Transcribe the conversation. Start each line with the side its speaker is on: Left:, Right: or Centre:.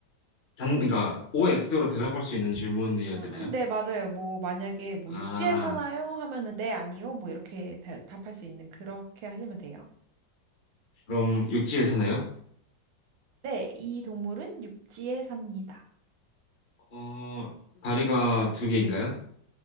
Left: 단, 그러니까, OX로 대답할 수 있는 질문이어야
Right: 음,
Left: 되나요?
Right: 음, 네, 맞아요. 뭐, 만약에 뭐
Left: 아,
Right: 육지에 사나요? 하면은 네, 아니요. 뭐 이렇게 대- 답할 수 있는 그렇게 하시면 돼요.
Left: 그럼 육지에 사나요?
Right: 네, 이 동물은 육지에 삽니다.
Left: 어, 다리가 두 개인가요?